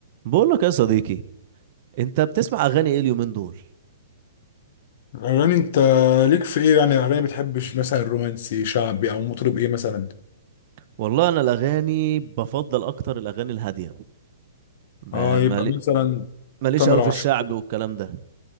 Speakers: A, on the right; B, on the left.
A: بقول لك يا صديقي انت بتسمع اغاني ايه اليومين دول
B: يعني انت ليك في ايه يعني اغاني بتحبش مثلا رومانسي شعبي او مطرب ايه مثلا
A: والله انا الاغاني بفضل اكتر الاغاني الهاديه ب-
B: اه يبقى
A: مالي-
B: مثلا
A: ماليش
B: تامر
A: قوي في
B: عاشور
A: الشعب والكلام ده